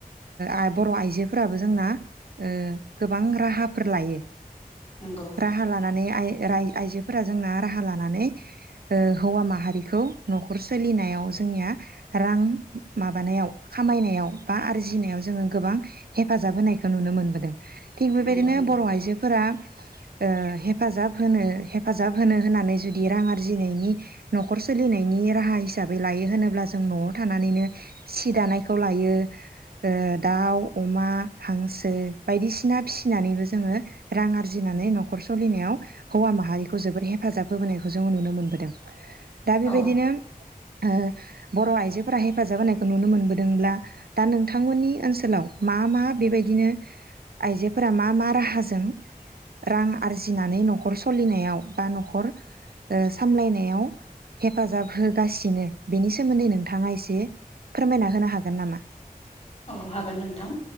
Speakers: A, on the right; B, on the left.
A: ओ बर' आइजोफोराबो जोंना ओ गोबां राहाफोर लायो
B: नंगौ
A: राहा लानानै आइ राय आइजोफोरा जोंना राहा लानानै ओ हौवा माहारिखौ नखर सोलिनायाव जोंनिया रां माबानायाव खामायनायाव बा आरजिनायाव जोङो गोबां हेफाजाब होनाय खौ नुनो मोनबोदों थिग बेबायदिनो
B: नंगौ
A: बर आइजोफोरा ओ हेफाजाब होनो हेफाजाब होनो होननानै जुदि रां आरजिनायनि नखर सोलिनायनि राहा हिसाबै लायो होनोब्ला जों नआव थानानैनो सि दानायखौ लायो ओ दाउ अमा हांसो बायदिसिना फिसिनानैबो जोङो रां आरजिनानै नखर सोलिनायाव हौवा माहारिखौ जोबोद हेफाजाब होबोनायखौ जोङो नुनो मोनबोदों दा बेबायदिनो
B: औ
A: ओ बर आइजोफोरा हेफाजाब होनायखौ नुनो मोनबोदोंब्ला दा नोंथांमोननि ओनसोलाव मा मा बेबायदिनो आइजोफोरा मा मा राहाजों रां आरजिनानै नखर सोलिनायाव बा नखर ओ सामलायनायाव हेफाजाब होगासिनो बेनि सोमोन्दै नोंथाङा एसे फोरमायना होनो हागोन नामा
B: औ हागोन नोंथां